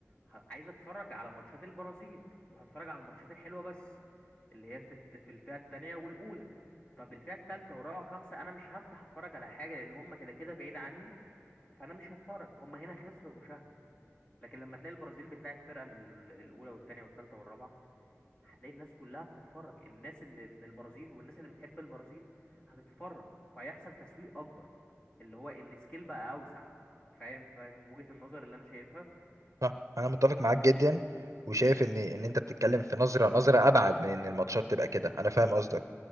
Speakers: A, on the left; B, on the right.
A: ه- عايز اتفرج على ماتشات البرازيل وهتفرج على الماتشات الحلوه بس اللي هي في الت- في الفئه الثانيه والاولى طب الفئه الثالثه والرابعه والخامسه انا مش هفتح اتفرج على حاجه لان هم كده كده بعيد عني فانا مش هتفرج هم هنا خسروا مشاهده لكن لما تلاقي البرازيل بتلاعب فرقه من ال- الاولى والثانيه والثالثه والرابعه هتلاقي الناس كلها بتتفرج الناس اللي من البرازيل والناس اللي بتحب البرازيل هتتفرج فيحصل تسويق اكبر اللي هو السكيل بقى اوسع فاهم فاهم وجهة النظر اللي انا شايفها
B: صح انا متفق معاك جدا وشايف ان ان انت بتتكلم في نظره نظره ابعد من ان الماتشات تبقى كده انا فاهم قصدك